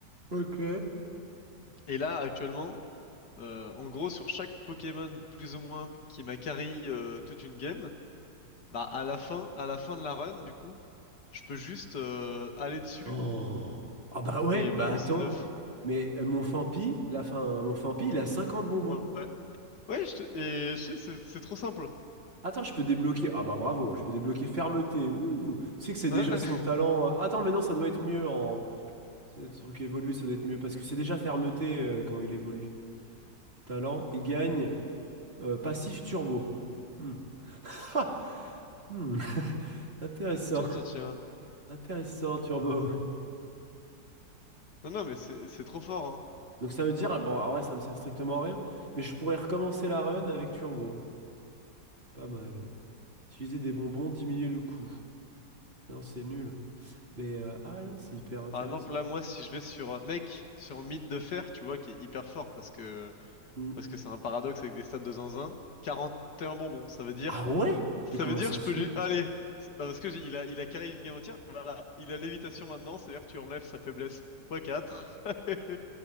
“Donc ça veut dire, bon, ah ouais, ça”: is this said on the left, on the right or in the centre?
Right